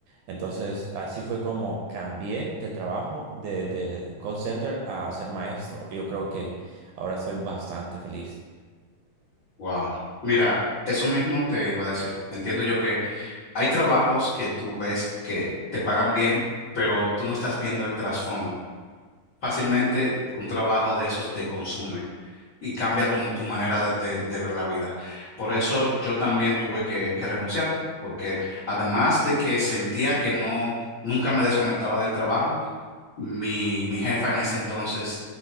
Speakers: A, on the right; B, on the left.
A: Entonces, así fue como cambié de trabajo de, de call center a ser maestro. Yo creo que ahora soy bastante feliz.
B: Wow. Mira, eso mismo te iba a decir. Entiendo yo que hay trabajos que tú ves que te pagan bien, pero tú no estás viendo el trasfondo. Fácilmente un trabajo de esos te consume y cambia tu, tu manera de, de- de ver la vida. Por eso yo también tuve que, que renunciar, porque además de que sentía que no, nunca me desconectaba del trabajo, mi, mi jefa en ese entonces